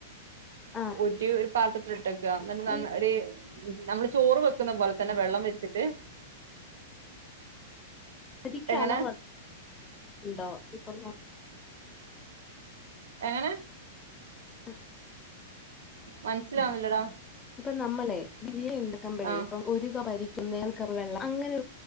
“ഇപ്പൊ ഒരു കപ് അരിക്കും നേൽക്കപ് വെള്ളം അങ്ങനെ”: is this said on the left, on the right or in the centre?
Left